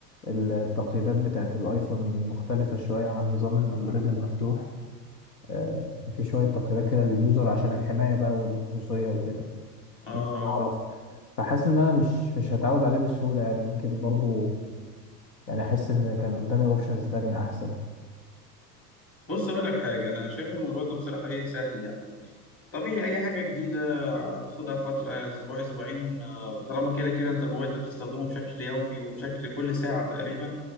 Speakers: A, on the left; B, on the left.
A: التقييدات بتاعة الأيفون مختلفة شوية عن نظام الأندرويد المفتوح آه، في شوية تقييدات كده لليوزر عشان الحماية بقى والخصوصية وكده
B: اه آه.
A: إن هو يعرفه فحاسس إن أنا مش مش هتعود عليه بسهولة يعني يمكن برضه يعني أحس إن كان قدامي أوبشنز تانية أحسن
B: بص اقول لك حاجة انا شايف الموضوع ده بصراحة ايه سهل يعني طبيعي اي حاجه جديده هتاخدها فتره اسبوع اسبوعين آه، وطالما كده كده انت الموبايل ده بتستخدمه بشكل يومي وبشكل كل ساعه تقريبا